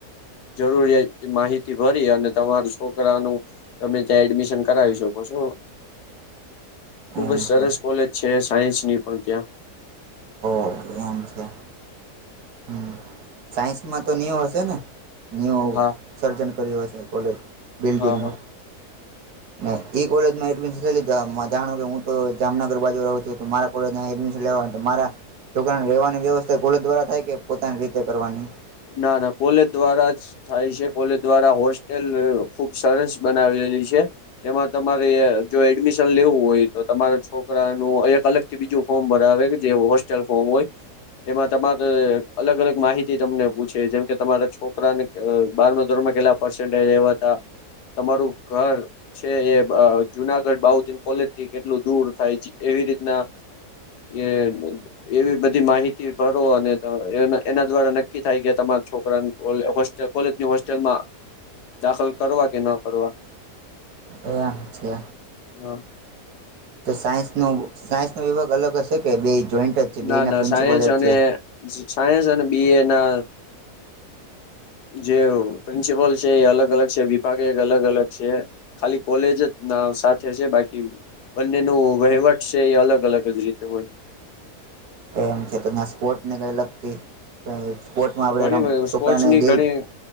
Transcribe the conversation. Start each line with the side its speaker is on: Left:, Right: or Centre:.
Left: જરૂરિયા માહિતી ભરી અને તમારું છોકરાનું તમે ત્યાં એડમિશન કરાવી શકો છો ખુબ
Right: એમ
Left: જ સરસ
Right: છે
Left: કોલેજ છે છે સાયન્સ ની પણ ત્યાં
Right: ઓ એમ છે હમ સાયન્સમાં તો ન્યૂ હશે ને ન્યુ
Left: હા
Right: સર્જન કર્યું હશે કોલેજ બિલ્ડીિંગો
Left: હા હા
Right: ને ઈ કોલેજમાં એડમિશન લઈ લીધ જાણો કે હું તો જામનગર બાજુ રહું છું તો મારા કોલેજમાં એડમિશન લેવા મારા છોકરાને રેવાની વ્યવસ્થા કોલ દ્વારા થાય કે પોતાની રીતે કરવાની
Left: ના ના કોલેજ દ્વારા જ થાય છે કોલેજ દ્વારા હોસ્ટેલ ખુબ સરસ બનાવેલી છે એમાં તમારે જો એડમિશન લેવું હોય તો તમારે છોકરાનું એક અલગથી બીજું ફોર્મ ભરાવે જે હોસ્ટેલ ફોર્મ હોય એમાં તમારે અલગ અલગ માહિતી તમને જેમ કે તમારા છોકરાને બારમ ધોરણ કેટલા પર્વા તમારું ઘર છે એ જુનાગઢ બાહુદન કોલેજ થી કેટલું દૂર થાય છે એવી રીતના એ એવી બધી માહિતી ભરો અને એના દ્વારા નક્કી થાય ગયા તમારા છોકરા હોલ કોલેજની હોસ્ટેલમાં દાખલ કરવા કે ન કરવા
Right: એમ છે
Left: હા
Right: તો સાયન્સ ન સાયન્સનોો વિભાગ અલગ હશે કે બે જોઈન્ટ જ છે બેના
Left: ના ના
Right: પ્રિન્સિપલ
Left: સાયન્સ
Right: એક
Left: અને
Right: છે
Left: સાયન્સ અને બી એ ના જે પ્રિન્સિપલ છે એ અલગ અલગ છે વિભાગે અલગ અલગ છે ખાલી કોલેજ જ સાથે છે બાકી બંને ન વહીવટ છે એ અલગ અલગ જ રીતે હોય
Right: એમ છે તમે આ સ્પોટ ને કઈ લગતી સ્પોર્ટમાં આપણે
Left: ઘણી
Right: રમ
Left: બધી
Right: છોકરાને
Left: સ્પોર્ટસની
Right: દિલ
Left: ઘણી